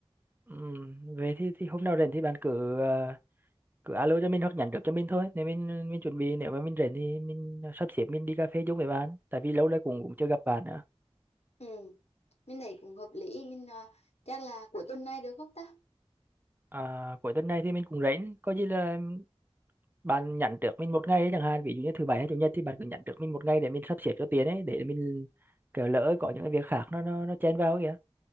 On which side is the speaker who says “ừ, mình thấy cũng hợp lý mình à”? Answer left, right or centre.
Left